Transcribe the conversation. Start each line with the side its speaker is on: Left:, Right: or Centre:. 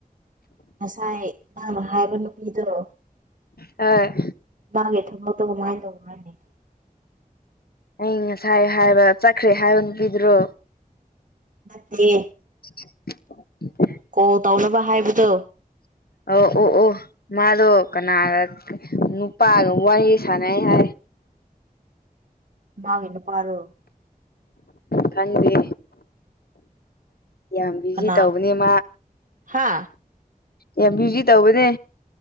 Right: ꯉꯁꯥꯏ ꯅꯪꯅ ꯍꯥꯏꯕ ꯅꯨꯄꯤꯗꯣ
Left: ꯑ
Right: ꯃꯥꯒꯤ ꯊꯕꯛꯇꯣ ꯀꯃꯥꯏꯟ ꯇꯧꯕ꯭ꯔꯅꯦ
Left: ꯑꯩ ꯉꯁꯥꯏ ꯍꯥꯏꯕ ꯆꯠꯈ꯭ꯔꯦ ꯍꯥꯏꯕ ꯅꯨꯄꯤꯗꯨꯔꯣ
Right: ꯅꯠꯇꯦ
Left: <unintelligible>
Right: ꯀꯣꯜ ꯇꯧꯅꯕ ꯍꯥꯏꯕꯗꯨ
Left: ꯑꯧ ꯑꯣ ꯑꯣ ꯃꯥꯗꯣ ꯀꯅꯥꯒ ꯅꯨꯄꯥꯒ ꯋꯥꯔꯤ ꯁꯥꯟꯅꯩ ꯍꯥꯏ
Right: ꯃꯥꯒꯤ ꯅꯨꯄꯥꯔꯣ
Left: ꯈꯪꯗꯦ ꯌꯥꯝ ꯕꯤꯖꯤ
Right: ꯀꯅꯥ
Left: ꯇꯧꯕꯅꯦ ꯃꯥ
Right: ꯍꯥ
Left: ꯌꯥꯝ ꯕ꯭ꯌꯨꯖꯤ ꯇꯧꯕꯅꯦ